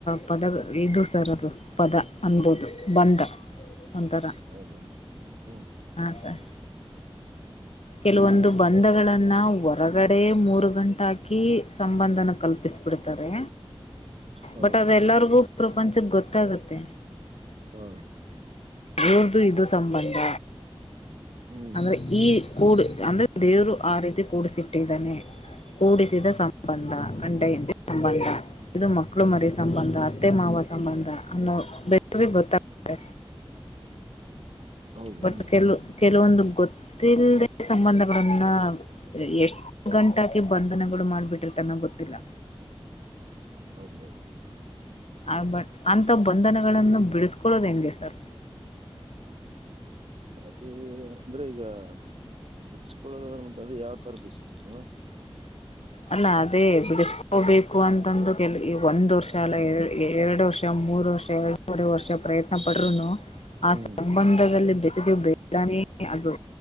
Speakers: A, on the left; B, on the right.
A: ಪದ ಇದು ಸರ್ ಅದು ಪದ ಅನ್ಬೋದು. ಬಂದ ಒಂಥರ
B: ಹೌದೇನ್ರಿ ಹ್ಮ್
A: ಹಾಂ ಸರ್. ಕೆಲಯೊಂದು ಬಂಧಗಳನ್ನ ಹೊರಗಡೆ. ಮೂರು ಗಂಟೆ ಹಾಕಿ ಸಂಬಂಧನ ಕಲ್ಪಿಸ್ ಬಿಡ್ತಾರೆ.
B: ಹೌದು
A: ಬಟ್ ಅದೆಲ್ಲರ್ಗೂ ಪ್ರಪಂಚಕ್ ಗೊತ್ತಾಗುತ್ತೆ.
B: ಹಾ
A: ಇವ್ರ್ದು ಇದು ಸಂಬಂಧ.
B: ಹ್ಮ್
A: ಅಂದ್ರೆ ಈ ಕೂಡ್ ಅಂದ್ರೆ ದೇವರು ಆ ರೀತಿ ಕೂಡಿಸಿಟ್ಟಿದ್ದಾನೆ ಕೂಡಿಸಿದ ಸಂ ಬಂದ ಗಂಡ ಹಂಡಿ ಸಂಬಂಧ ಇದು ಮಕ್ಕಳು ಮರಿ ಸಂಬಂಧ ಅತ್ತೆ ಮಾವ ಸಂಬಂಧ ಅನ್ನೋ ಬಸಿ <unintelligible> ಗೊತ್ತಾಗುತ್ತೆ.
B: ಹೌದೇನ್ರಿ
A: ಬಟ್ ಕೆಲ ಕೆಲವೊಂದು ಗೊತ್ತಿಲ್ಲ್ದೆ ಸಂಬಂಧಗಳನ್ನ ಎಷ್ಟ್ ಗಂಟಾಕಿ ಬಂಧನಗಳು ಮಾಡ್ಬಿಟ್ಟ್ <unintelligible> ತನ ಗೊತ್ತಿಲ್ಲ.
B: <inaudible> ಹೌದೌದು.
A: ಆ ಬಟ್ ಅಂತ ಬಂಧನಗಳನ್ನು ಬಿಡಿಸಕೊಳ್ಳೋದ್ ಹೆಂಗೆ ಸರ್.
B: ಅದು ಅಂದ್ರೆ ಈಗ ಬಿಡುಸ್ಕೊಳ್ಳೊದು ಅಂದ್ರೆ ಯಾವ ತರ ಬಿಡುಸ್ಕೊಳೊದು ಮ್ಯಮ್.
A: ಅಲ್ಲ ಅದೇ ಬಿಡಿಸಕೋಬೇಕು ಅಂತಂದು ಕೆ ಈ ಒಂದ್ ವರ್ಷ ಅಲ್ಲ ಎರ್ ಎರಡು ವರ್ಷ. ಮೂರು ವರ್ಷ ಎರಡು ವರೆ ವರ್ಷ ಪ್ರಯತ್ನ ಪಟ್ರುನು ಆ
B: ಹ್ಮ್
A: ಸಂಬಂಧದಲ್ಲಿ ಬೆಸಿಗೆ ಬೇಕ್ <unintelligible> ಇದಾನೆ ಅದು.